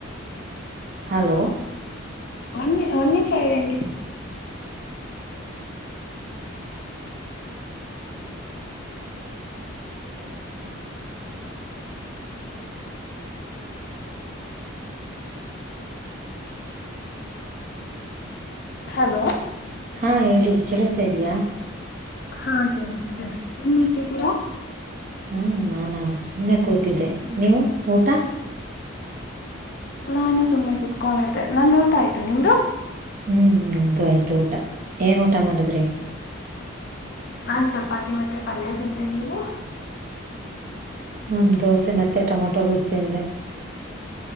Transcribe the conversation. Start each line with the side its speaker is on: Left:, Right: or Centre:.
Right: ಹಲೋ
Left: ಒಂದ್ ಒಂದ್ ನಿಮಿಷ ಇರಿ ಹಂಗೆ ಹಲೋ
Right: ಹಾ ಹೇಳಿ ಕೇಳಸ್ತಾ ಇದೆಯಾ.
Left: ಹಾ ಕೇಳಿಸ್ತೀದೆ ಏನ್ ಮಾಡ್ತಿದಿರಾ.
Right: ಹ್ಮ್ ನಾನಾ ಸುಮ್ನೆ ಕೂತಿದ್ದೆ ನೀವು ಊಟಾ.
Left: ನಾನು ಸುಮ್ನೆ ಕುತ್ಕೊಂಡಿದ್ದೆ ನಂದು ಊಟ ಆಯ್ತು ನಿಮ್ದು.
Right: ಹ್ಮ್ ನಮ್ದು ಆಯ್ತು ಊಟಾ ಏನ್ ಊಟಾ ಮಾಡದ್ರಿ.
Left: ನಾನ್ ಚಪಾತಿ ಮತ್ತೆ ಪಲ್ಯ ತಿಂದೆ ನೀವು
Right: ಹ್ಮ ದೋಸೆ ಮತ್ತೆ ಟೊಮೊಟೊ ಗೊಜ್ ತಿಂದೆ